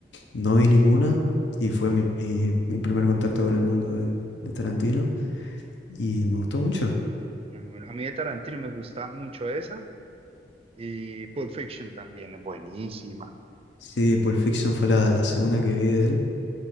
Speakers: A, on the left (about 85°); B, on the right (about 35°).
A: No vi ninguna y fue mi, mi- mi primer contacto con el mundo de, de Tarantino y me gustó mucho.
B: No, bueno, a mí de Tarantino me gusta mucho esa. Y Pulp Fiction también es buenísima.
A: Sí, Pulp Fiction fue la, la segunda que vi de él